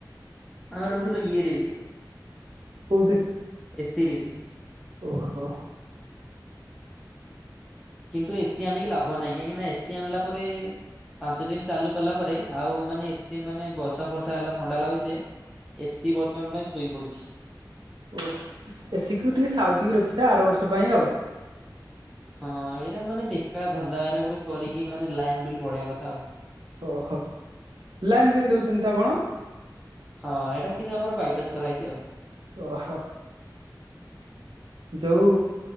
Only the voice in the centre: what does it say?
ଆମେ ରହୁଥିଲୁ ଇଏରେ।
ଏସିି ରେ
କିନ୍ତୁ ଏସି ଆଣିକି ଲାଭ ନାହିଁ କାହିଁକି ନା ଏସି ଆଣିଲା ପରେ ପାଞ୍ଚ ଦିନ ଚାଲୁ କଲା ପରେ। ଆଉ ମାନେ ଏତେ ମାନେ ବର୍ଷା ଫର୍ଷା ହେଲା ଥଣ୍ଡା ଲାଗୁଛି ଯେ ଏସିି ବର୍ତ୍ତମାନ ପାଇଁ ଶୋଇ ପଡି଼ଛି।
ହଁ ଏଇଟା ମାନେ ବେକାର ଧନ୍ଦା ଏଇଟା ଗୋଟେ କରିକି ମାନେ ଲାଇନ ବିଲ୍ ବଡେଇବା କଥା ଆଉ।
ହଁ ଏଇଟା କିନ୍ତୁ ଆମର ବାଇପାସ କରାହେଇଛି ଆଉ।